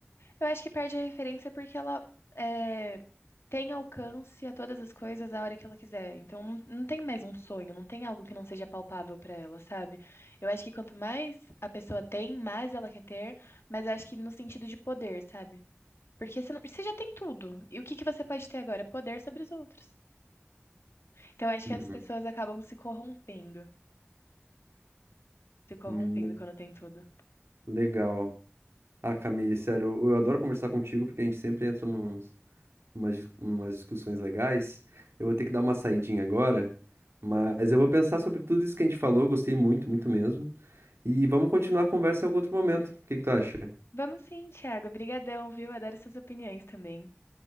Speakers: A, on the left; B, on the right.
A: Eu acho que perde a referência porque ela é, tem alcance a todas as coisas a hora que ela quiser. Então não não tem mais um sonho, não tem algo que não seja palpável pra ela, sabe? Eu acho que quanto mais a pessoa tem, mais ela quer ter, mas eu acho que no sentido de poder, sabe? Porque você, não- você já tem tudo. E o que que você pode ter agora? Poder sobre os outros. Então eu acho que
B: Uhum.
A: as pessoas acabam se corrompendo, se corrompendo
B: Hum,
A: quando tem tudo.
B: Legal. Ah, Camille, sério, eu, eu adoro conversar contigo porque a gente sempre entra nos, umas, dis- umas discussões legais. Eu vou ter que dar uma saidinha agora, mas eu vou pensar sobre tudo isso que a gente falou, gostei muito, muito mesmo. E vamos continuar a conversa em algum outro momento. O que que tu acha?
A: Vamos sim, Thiago. Obrigadão, viu? Adoro suas opiniões também.